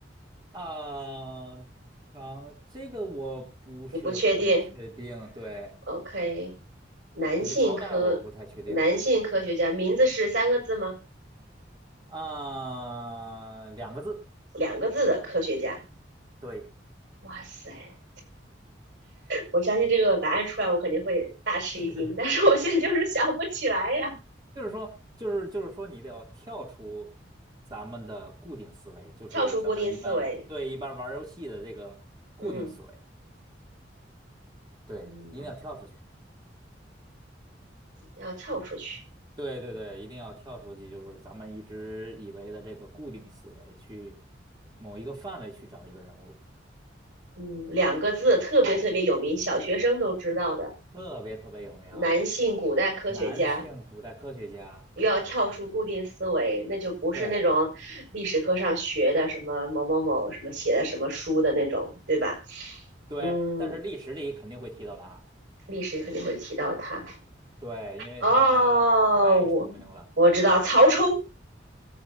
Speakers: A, on the right (about 25°); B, on the right (about 85°).
A: 啊，唐，这个我不是很确定，
B: 你不确定。
A: 对，
B: OK，男性科男性科学家名字是三个字吗？
A: 那个朝代我不太确定啊，两个字，
B: 两个字的科学家。
A: 对。
B: 哇塞，我相信这个答案出来，我肯定会大吃一惊，
A: <laughs>
B: 但是我现在就是想不起来呀。
A: 就是说，就是就是说，你得要跳出咱们的固定思维，就是咱们一般对一般玩儿游戏的这个固定思维，
B: 跳出固定思维，嗯
A: 对，
B: 嗯，
A: 一定要跳出去。
B: 要跳出去，
A: 对对对，一定要跳出去，就是咱们一直以为的这个固定思维，去某一个范围去找一个人物，
B: 嗯，两个字特别特别有名，小学生都知道的，
A: 特别特别有名，
B: 男性古代科学家。
A: 男性古代科学家。
B: 又要跳出固定思维，那就不是那种历史课上学的什么某某某什么写的什么书的那种，
A: 对
B: 对吧？
A: 对，
B: 嗯，
A: 但是历史里肯定会提到他，
B: 历史肯定会提到他。
A: 对，因为他太出名了。
B: 哦，我我知道曹冲，